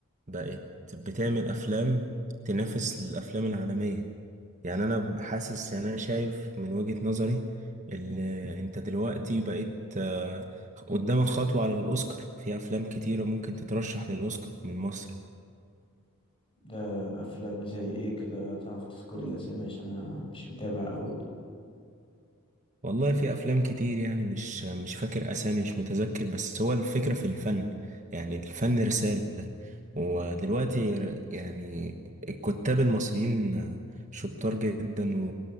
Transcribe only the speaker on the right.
بقت بتعمل افلام تنافس الافلام العالمية يعني انا حاسس يعني انا شايف من وجهة نظري ان انت دلوقتي بقيت آه قدامك خطوة على الاوسكار في افلام كتيرة ممكن تترشح للاوسكار من مصر
والله في افلام كتير يعني مش مش فاكر اسامي مش متذكر بس هو الفكره في الفن يعني الفن رساله ودلوقتي ر- يعني الكتاب المصريين شطار جدا